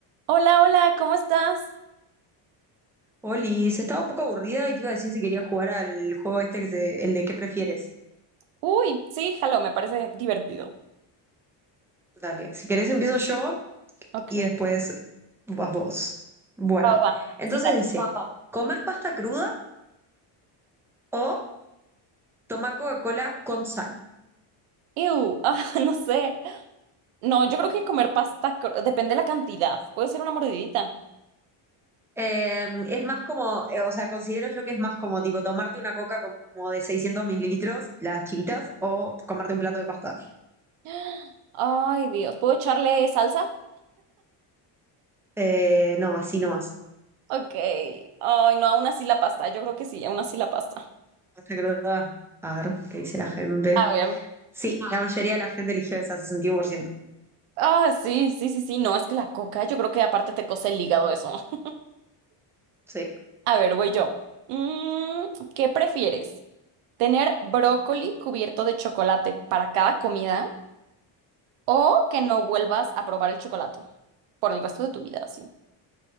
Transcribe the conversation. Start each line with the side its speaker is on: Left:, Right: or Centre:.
Right: Hola, hola, ¿cómo estás?
Centre: Oli, se estaba un poco aburrida y te iba a decir si quería jugar al juego este que se, el de qué prefieres.
Right: Uy, sí, jalo, me parece divertido.
Centre: Dale, si querés empiezo yo
Right: Ok.
Centre: y después vas vos. Bueno,
Right: Va, va, va.
Centre: entonces
Right: Sí, dale.
Centre: dice, Vamos. ¿comer pasta cruda o tomar Coca-Cola con sal?
Right: Ew, ah, <laughs> no sé. No, yo creo que comer pasta, cr- depende de la cantidad. Puede ser una mordidita.
Centre: Eh, es más como, eh, o sea, considero yo que es más como tipo tomarte una coca como de 600 mililitros, las chiquitas, o comerte un plato de pasta.
Right: <gasps> Ay, Dios, ¿puedo echarle salsa?
Centre: Eh, no, así no más.
Right: Ok. Ay, no, aún así la pasta. Yo creo que sí, aún así la pasta.
Centre: Pasta cruda. A ver, ¿qué dice la gente?
Right: A ver.
Centre: Sí, la Ah, mayoría de la gente eligió esa, sesenta y uno por ciento
Right: Ah, sí, sí, sí, sí. No, es que la coca, yo creo que aparte te cose el hígado eso. <laughs>
Centre: Sí.
Right: A ver, voy yo. Mm, ¿qué prefieres? Tener brócoli cubierto de chocolate para cada comida o que no vuelvas a probar el chocolate por el resto de tu vida, sí.